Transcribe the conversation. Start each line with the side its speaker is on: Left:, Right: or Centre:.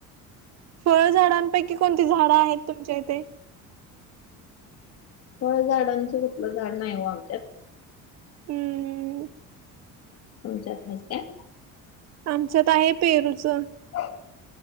Right: फळ झााडांपैकी कोणती झाडं आहेत तुमच्या इथे?
Left: फळझडांचं कुठलं झाड नाही व आमच्यात.
Right: हम्म.
Left: तुमच्यात आहेत काय?
Right: आमच्यात आहे पेरूचं.
Left: हा